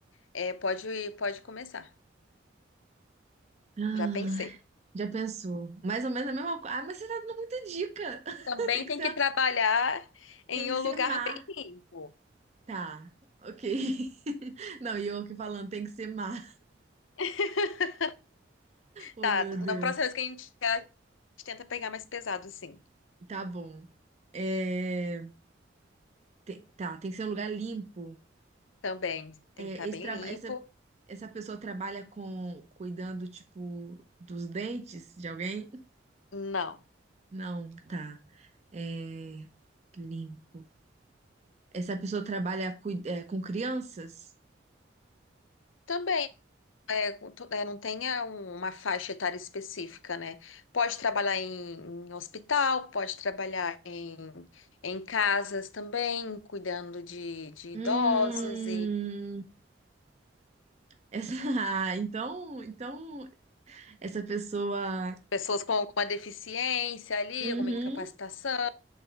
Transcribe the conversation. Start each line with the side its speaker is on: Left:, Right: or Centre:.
Left: É, pode ir, pode começar.
Right: Ah,
Left: Já pensei.
Right: já pensou. Mais ou menos a mesma coisa. Ah, mas você tá dando muita dica. <laughs>
Left: Também
Right: Tem que
Left: tem
Right: ser,
Left: que trabalhar em
Right: tem que
Left: um
Right: ser
Left: lugar
Right: má.
Left: bem limpo.
Right: Tá, ok. <laughs> Não, e eu aqui falando, tem que ser má.
Left: <laughs>
Right: Oh,
Left: Tá,
Right: meu Deus.
Left: na próxima vez que a gente chegar, a gente tenta pegar mais pesado, sim.
Right: Tá bom. É, tem- tá, tem que ser um lugar limpo.
Left: Também tem
Right: É,
Left: que estar
Right: esse
Left: bem
Right: trabalho.
Left: limpo.
Right: Essa pessoa trabalha com cuidando, tipo, dos dentes de alguém?
Left: Não.
Right: Não, tá. É, limpo. Essa pessoa trabalha cui- é, com crianças?
Left: Também é, to- é, não tenha um- uma faixa etária específica, né? Pode trabalhar em, em hospital, pode trabalhar em, em casas também, cuidando de, de idosos
Right: Hum, essa, <laughs> ah, então, então essa pessoa,
Left: Pessoas com alguma deficiência ali,
Right: uhum,
Left: alguma incapacitação.